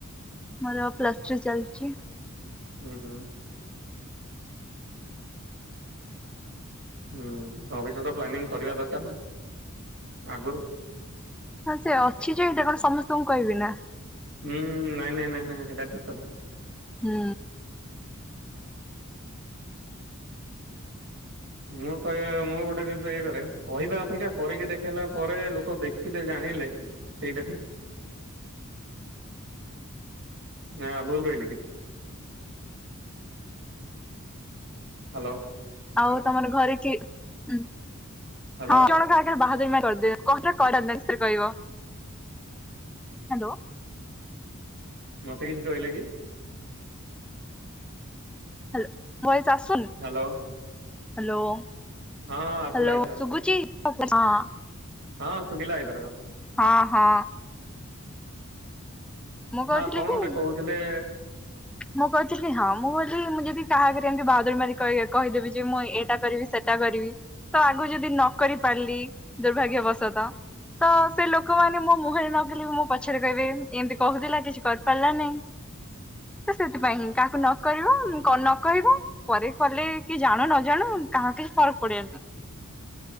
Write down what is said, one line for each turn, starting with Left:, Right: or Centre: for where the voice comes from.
Centre: ମୋର ପ୍ଲସ୍ ଥ୍ରୀ ଚାଲିଛି।
Right: ହୁଁ ହୁଁ। ହୁଁ ଭବିଷ୍ୟତ ପ୍ଲାନିଂ କରିବା ଦରକାର ନା ଆଗରୁ।
Centre: ହଁ ସେ ଅଛି ଯେ ଏଟା କଣ ସମସ୍ତଙ୍କୁ କହିବି ନା।
Right: ହୁଁ ନାଇଁ ନାଇଁ ନାଇଁ ନାଇଁ ସେଇଟା ଠିକ କଥା।
Centre: ହୁଁ।
Right: ମୁଁ କହେ ମୁଁ ଗୋଟେ ଜିନିଷ ଇଏ କରେ କହିବା ଅପେକ୍ଷା କରିକି ଦେଖେଇଲା ପରେ ଲୋକ ଦେଖିଲେ ଜାଣି ଇଲେ ସେଇଟା ଠିକ୍। ନାଁ ଭୁଲ୍ କହିଲି କି? ହାଲୋ।
Centre: ଆଉ ତମର ଘରେ କିଏ, ହୁଁ
Right: ହ୍ୟାଲୋ
Centre: ହଁ ଜଣଙ୍କ ଆଗରେ ବା <inaudible> କହିବ, ହାଲୋ।
Right: ମୋତେ କିିଛି କହିଲେ କି?
Centre: ହାଲୋ ଭଏସ ଆସୁନି,
Right: ହ୍ୟାଲୋ
Centre: ହାଲୋ। ହ୍ୟାଲୋ
Right: ହଁ ଆସିଲା ଏଥରକ
Centre: ସୁଗୁଚି ମୋ ଭଏସ, ହଁ ହଁ।
Right: ହଁ ସୁଗିଲା ଏଥରକ।
Centre: ହଁ ହଁ। ମୁଁ କହୁଥିଲି
Right: ହଁ କଣ
Centre: କି
Right: ଗୋଟେ କହୁଥିଲେ?
Centre: ମୁଁ କହୁଥିଲି ହଁ ମୁଁ ବୋଲି ମୁଁ ଯଦି କାହାଘରେ ଏମିତି ବାହାଦୁରୀ ମାରି କହି -କହିଦେବି ଯେ ମୁଁ ଏଇଟା କରିବି ସେ ଟା କରିବି ତ ଆଗକୁ ଯଦି ନ କରି ପାରିଲି ଦୁର୍ଭାଗ୍ୟବଶତଃ। ତ ସେ ଲୋକମାନେ ମୋ ମୁହଁରେ ନକହିଲେ ମୋ ପଛରେ କହିବେ, ଏମିତି କହୁଥିଲା କିଛି କରିପାରିଲାନି। ତ ସେଥିପାଇଁ ହିଁ କାହାକୁ ନ କରିବ, ନ କହିବ, ପରେ କଲେ କିଏ ଜାଣୁ ନ ଜାଣୁ କାହା ହଁ କିଛି ଫରଗ ପଡ଼ିବାର ନାହିଁ।